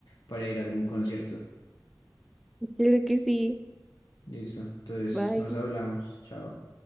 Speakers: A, on the left (about 75°); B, in the centre.
A: para ir a algún concierto.
B: creo que sí.
A: Listo, entonces
B: Bye.
A: nos hablamos, chao.